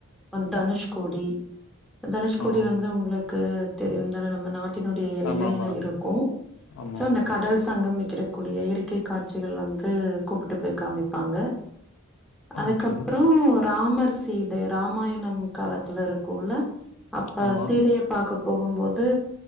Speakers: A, in the centre; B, on the left.
A: தனுஷ்கோடி தனுஷ்குடி
B: ஆ
A: வந்து உங்களுக்கு தெரியு தான நம்ம நாட்டினுடைய எல்லையில
B: ஆமா ஆமா
A: இருக்கூ
B: ஆமா
A: சோ அந்த கடல் சங்கமிக்ற கூடிய இயற்கை காட்சிகள் வந்து கூப்பிட்டு போய் காமிப்பாங்க அதுக்கப்புறம்
B: ஓகே
A: ராமர் சீதை இராமாயணம் காலத்துல இருக்குள்ள அப்ப
B: ஆமா
A: சீதைய பாக்க போகும்போது